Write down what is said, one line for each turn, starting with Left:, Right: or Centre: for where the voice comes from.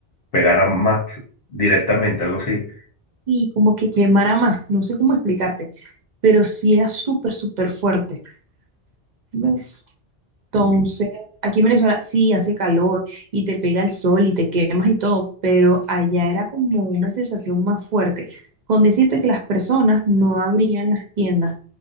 Left: pegara más directamente, algo así.
Right: y como que quemara más, no sé cómo explicarte, pero sí era súper, súper fuerte. ¿Ves? Entonces,
Left: Mm,
Right: aquí en Venezuela sí hace calor y te pega el sol y te quemas y todo, pero allá era como una sensación más fuerte, con decirte que las personas no abrían las tiendas